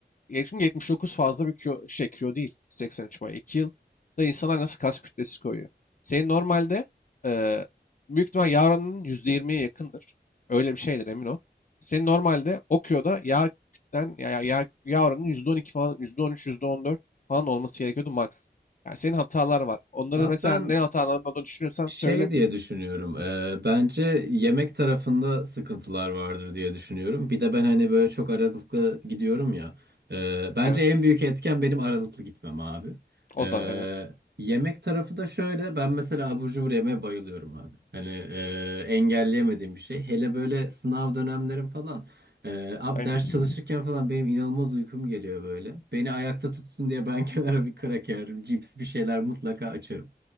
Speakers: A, on the left; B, on the right.
A: E, Çünkü 79 fazla bir kilo, şey kilo değil. 83 boy. 2 yılda insanlar nasıl kas kütlesi koyuyor. Senin normalde e, büyük ihtimal yağ oranının %20'ye yakındır. Öyle bir şeydir emin ol. Senin normalde o kiloda yağ kütlen, ya, ya, yağ, yağ oranının %12 falan, %13, %14 falan olması gerekiyordu max. Yani senin hatalar var. Onları
B: Abi
A: mesela
B: ben
A: ne hatalarını olduğunu düşünüyorsan
B: Şey
A: söyle
B: diye düşünüyorum. e, bence yemek tarafında sıkıntılar vardır diye düşünüyorum. Bir de ben hani böyle çok aralıklı gidiyorum ya. E, bence
A: Evet.
B: en büyük etken benim aralıklı gitmem abi.
A: O
B: E,
A: da evet.
B: yemek tarafı da şöyle. Ben mesela abur cubur yemeye bayılıyorum abi. Hani e, engelleyemediğim bir şey. Hele böyle sınav dönemlerim falan. E, abi
A: Aynen.
B: ders çalışırken falan benim inanılmaz uykum geliyor böyle. Beni ayakta tutsun diye ben <laughs> kenara bir kraker, cips bir şeyler mutlaka açarım.